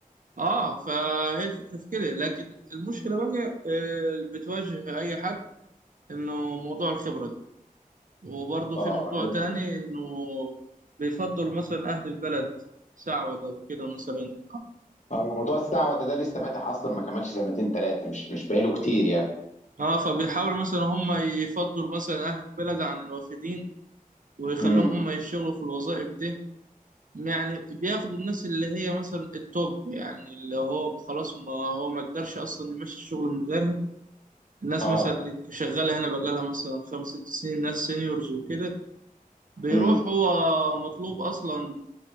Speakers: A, on the right; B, on the left.
A: اه فهي الفكرة في كده لكن المشكلة بقى آه، اللي بتواجه اي حد انه موضوع الخبرة دي وبرضو
B: اه
A: في موضوع
B: لازم
A: تاني انه بيفضلوا مثلا اهل البلد سعودة وكده مثلا
B: اه موضوع السعوده ده لسه فاتح اصلا ما كملش سنتين ثلاثه مش مش بقاله كتير يعني
A: اه فبيحاولوا مثلا هم يفضلوا مثلا اهل البلد عن الوافدين ويخلوهم
B: امم
A: هم يشتغلوا في الوظائف دي يعني بياخدوا الناس اللي هي مثلا التوب يعني اللي هو خلاص ما هو ما يقدرش اصلا يمشي الشغل من غيرها الناس
B: اه
A: مثلا اللي شغاله هنا بقالها مثلا خمس ست سنين ناس سينيورز وكده بيروح
B: امم
A: هو مطلوب اصلا